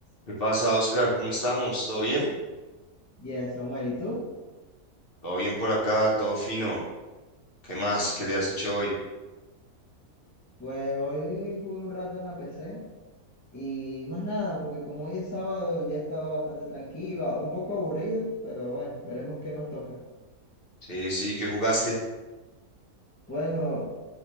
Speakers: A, on the left (about 45°); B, on the left (about 20°).
A: ¿Qué pasa, Oscar? ¿Cómo estamos? ¿Todo bien?
B: Bien, Samuel, ¿y tú?
A: Todo bien por acá, todo fino. ¿Qué más? ¿Qué te has hecho hoy?
B: Pues hoy jugué un rato en la PC y más nada, porque como hoy es sábado, el día estaba bastante tranquilo, a- un poco aburrido, pero bueno, veremos qué más toca.
A: Sí, sí, ¿qué jugaste?
B: Bueno,